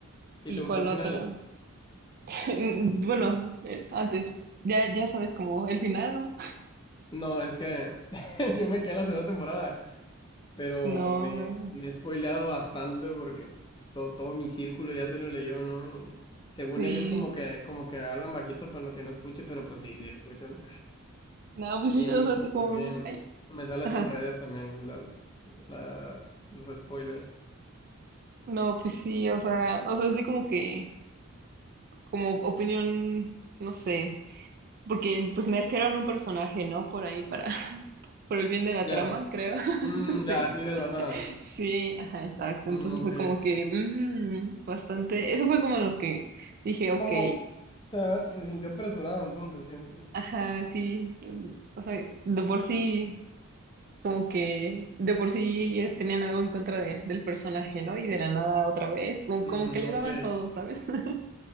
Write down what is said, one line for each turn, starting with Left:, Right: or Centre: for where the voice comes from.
Left: ¿Y
Right: ¿Y
Left: te gustó
Right: cuál
Left: el final?
Right: otro? <laughs> Bueno, eh, antes, ya, ya sabes como el final, ¿no?
Left: No, es que <laughs> yo me quedé en la segunda temporada Pero
Right: No,
Left: me, me he spoileado bastante porque todo, todo mi círculo ya se lo leyó, ¿no? Y según
Right: sí,
Left: ellos como que, como que hablan bajito para no que no escuche, pero pues sí, sí escucho, ¿no?
Right: no, pues
Left: Y,
Right: sí, o sea,
Left: y
Right: tipo,
Left: también
Right: ay,
Left: me sale
Right: ajá.
Left: sin redes también las, la- los spoilers.
Right: No, pues sí, o sea, o sea, es de como que, como opinión, no sé, porque pues me a un personaje, ¿no? Por ahí, para, <laughs> por el bien de la
Left: Ya,
Right: trama, creo. <laughs>
Left: Mm, ya,
Right: Sí,
Left: así de la nada.
Right: sí, ajá, exacto.
Left: Mm,
Right: Entonces
Left: ok.
Right: fue como que, mm, bastante, eso fue como lo que dije, ok,
Left: ¿Cómo se, se sintió apresurado entonces, sientes?
Right: ajá, sí, mm, o sea, de por sí, como que, de por sí ya tenían algo en contra de- del personaje, ¿no? Y de la nada otra vez, como,
Left: Mm,
Right: como que le daban
Left: ok,
Right: todo, ¿sabes? <laughs>